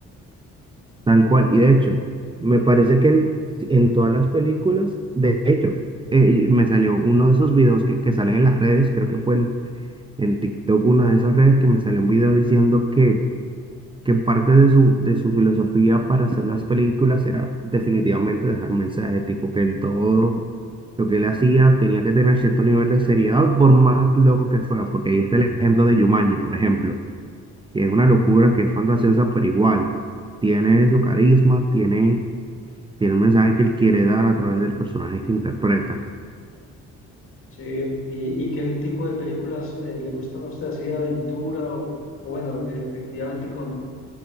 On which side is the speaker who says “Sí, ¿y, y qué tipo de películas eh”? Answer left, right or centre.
Left